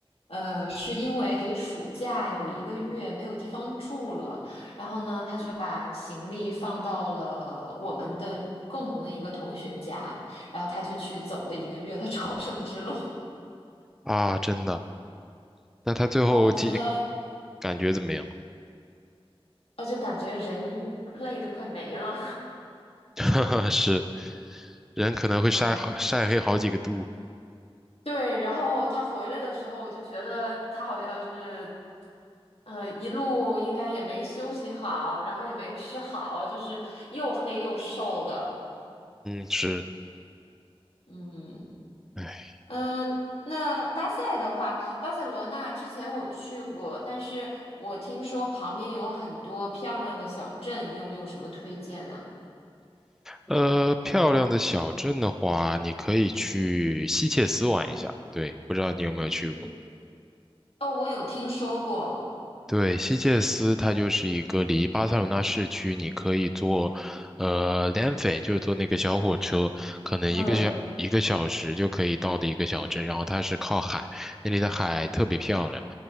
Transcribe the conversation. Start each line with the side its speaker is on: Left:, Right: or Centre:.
Left: 呃，是因为暑假有一个月没有地方住了，然后呢，他就把行李放到了我们的共同的一个同学家，然后他就去走了一个月的 <laughs> 朝圣之路。<laughs>
Centre: 啊，真的。那他最后几
Left: 哦，我觉得，
Centre: 感觉怎么样？
Left: 我就感觉人累得快没了。
Centre: <laughs> 是，人可能会晒好晒黑好几个度。
Left: <laughs> 嗯，对，然后他回来的时候，我就觉得他好像是。嗯，一路应该也没休息好，然后也没吃好，就是又黑又瘦的。
Centre: 嗯，是。
Left: 嗯
Centre: 哎，
Left: 嗯，呃那巴塞的话，巴塞罗那之前我去过，但是我听说旁边有很多漂亮的小镇，你有没有什么推荐呢？
Centre: 呃，漂亮的小镇的话，你可以去西切斯玩一下。对，不知道你有没有去过？
Left: 嗯哦，我有听说过。
Centre: 对，西切斯它就是一个离巴塞罗那市区，你可以坐，呃 l e n f e 就是坐那个小火车，可能一个小一个小时就可以到的一个小镇。
Left: 嗯
Centre: 然后它是靠海，那里的海特别漂亮，